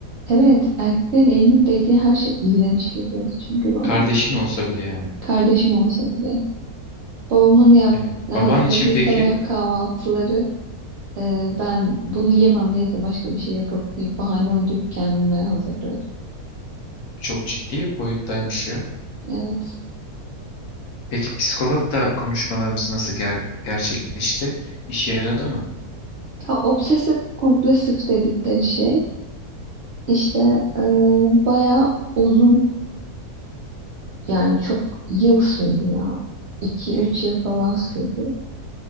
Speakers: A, on the right (about 70°); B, on the left (about 65°).
A: Evet, erkeklerin elinin değdiği her şey iğrenç geliyordu çünkü bana.
B: Kardeşin olsa bile yani.
A: Kardeşim olsa bile. Babamın yap
B: Evet.
A: hazırladığı
B: Baban için peki
A: sabah kahvaltıları Ee, ben bunu yemem neyse başka bir şey yapıp deyip bahane uydurup kendime hazırlıyordum.
B: çok ciddi bir boyuttaymış ya.
A: Evet.
B: Peki psikologla konuşmalarımız nasıl ger- gerçekleşti? İşe yaradı mı?
A: Ya, obsesif kompulsif dedikleri şey işte e, bayağı uzun yani çok yıl sürdü ya. iki üç yıl falan sürdü.